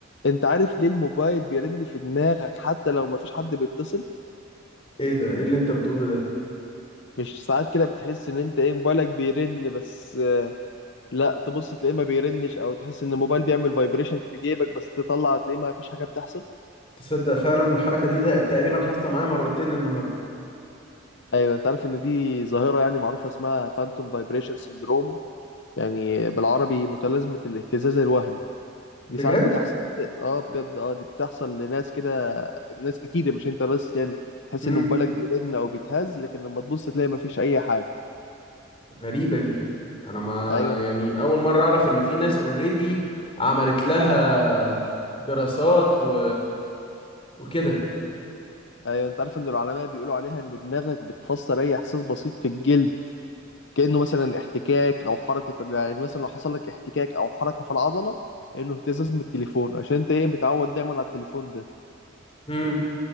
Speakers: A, on the left; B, on the left.
A: انت عارف ليه الموبايل بيرن في دماغك حتى لو مفيش حد بيتصل
B: ايه ده ايه اللي انت بتقوله ده
A: مش ساعات كده بتحس ان انت ايه موبايلك بيرن بس آه، لا تبص تلاقيه ما بيرنش او تحس ان الموبايل بيعمل فايبريشن في جيبك بس تطلع تلاقيه ما فيش حاجة بتحصل
B: تصدق فعلا الحركه دي ده تقريبا حاصله معايا مرتين النهارده
A: ايوه انت عارف ان دي ظاهرة يعني معروفة اسمها فانتوم فايبريشن سيندروم يعني بالعربي متلازمة الاهتزاز الوهمي دي
B: بجد
A: ساعات بتحصل كده اه بجد اه دي بتحصل لناس كده ناس كتير مش انت بس يعني تحس
B: امم
A: ان موبايلك بيرن او بيتهز لكن لما تبص تلاقي مفيش اي حاجة
B: غريبه دي انا ما
A: ايوه
B: يعني اول مره اعرف ان في ناس اوريدي عملت لها دراسات و... وكده
A: ايوه انت عارف ان العلماء بيقولوا عليها ان دماغك بتفسر اي احساس بسيط في الجلد كانه مثلا احتكاك او حركه يعني مثلا لو حصل لك احتكاك او حركه في العضله انه اهتزاز من التليفون عشان انت ايه متعود دايما على التليفون ده
B: امم